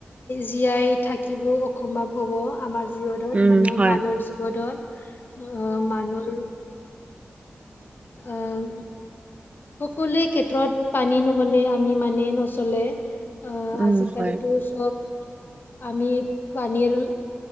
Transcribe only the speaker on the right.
উম
হয়
উম
হয়